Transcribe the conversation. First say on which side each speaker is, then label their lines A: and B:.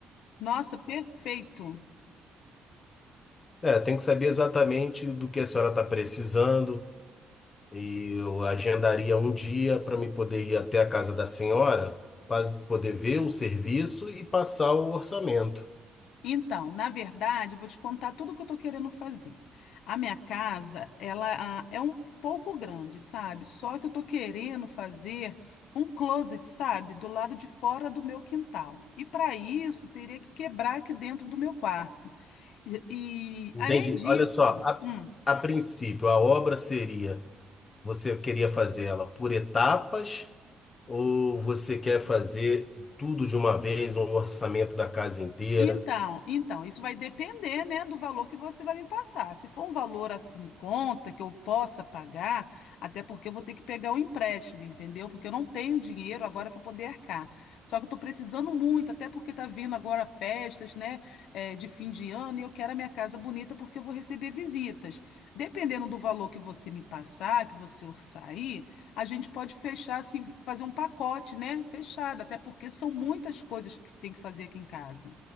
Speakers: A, on the left; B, on the left.
A: Nossa, perfeito.
B: É, tem que saber exatamente do que a senhora está precisando e eu agendaria um dia para me poder ir até a casa da senhora para poder ver o serviço e passar o orçamento.
A: Então, na verdade, eu vou te contar tudo o que eu tô querendo fazer. A minha casa, ela ah, é um pouco grande, sabe? Só que eu tô querendo fazer um closet, sabe? Do lado de fora do meu quintal. E para isso, teria que quebrar aqui dentro do meu quarto. E, e,
B: Entendi.
A: além disso,
B: Olha só, a,
A: hum,
B: a princípio, a obra seria, você queria fazer ela por etapas ou você quer fazer tudo de uma vez, um orçamento da casa inteira?
A: Então, então, isso vai depender, né, do valor que você vai me passar. Se for um valor assim em conta que eu possa pagar, até porque eu vou ter que pegar o empréstimo, entendeu? Porque eu não tenho dinheiro agora para poder arcar. Só que eu tô precisando muito, até porque tá vindo agora festas, né, é, de fim de ano e eu quero a minha casa bonita porque eu vou receber visitas. Dependendo do valor que você me passar, que você orçar aí, a gente pode fechar assim, fazer um pacote, né, fechado, até porque são muitas coisas que tem que fazer aqui em casa.